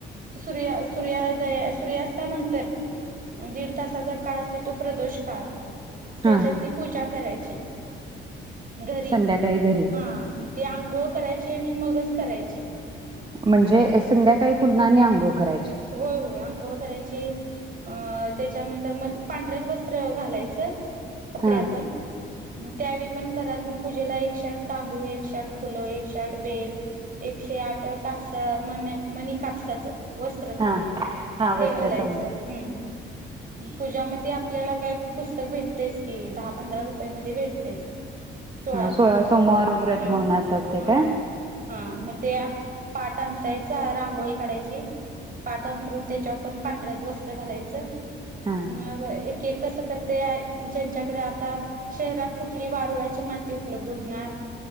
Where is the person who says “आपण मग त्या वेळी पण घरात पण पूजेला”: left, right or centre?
Right